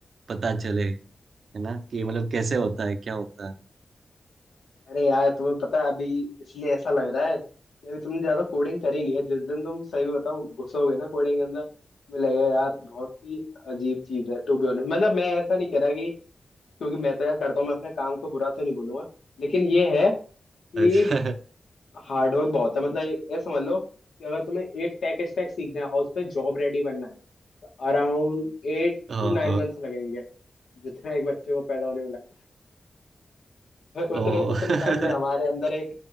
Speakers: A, on the right; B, on the left.
A: पता चले है ना कि मतलब कैसे होता है क्या होता है
B: अरे यार तुम्हें पता है अभी इसलिए ऐसा लग रहा है कि अभी तुमने ज्यादा कोडिंग करी नहीं है जिस दिन तुम सही में बताओ घुसोगे ना कोडिंग के अंदर तुम्हें लगेगा यार बहुत ही अजीब चीज है टू बी ऑनेस्ट मतलब मैं ऐसा नहीं कह रहा कि क्योंकि मैं तो यार करता हूँ मैं अपने काम को बुरा तो नहीं बोलूंगा लेकिन ये है कि
A: अच्छा
B: हार्डवर्क बहुत है मतलब ये ये समझ लो कि अगर तुम्हें एक टेक स्टैक सीखना है और उसमें जॉब रेडी बनना है तो around eight
A: हाँ
B: to nine
A: हाँ
B: months लगेंगे जितना एक बच्चे को पैदा होने में लगता है
A: ओ
B: उतने उतने
A: <laughs>
B: टाइम में हमारे अंदर एक